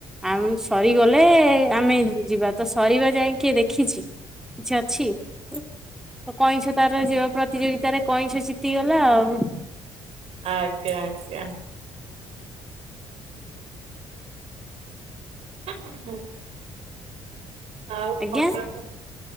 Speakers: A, in the centre; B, on the right.
A: ଆମ ସରିଗଲେ ଆମେ ଯିବା ତ ସରିବା ଯାଇ କିଏ ଦେଖିଛି ଛ ଛି ତ କଇଁଛ ତାର ପ୍ରତିଯୋଗିତାରେ କଇଁଛ ଜିତିଗଲା ଆଉ।
B: ଆଜ୍ଞା ଆଜ୍ଞା। <inaudible> <unintelligible>
A: ଆଜ୍ଞା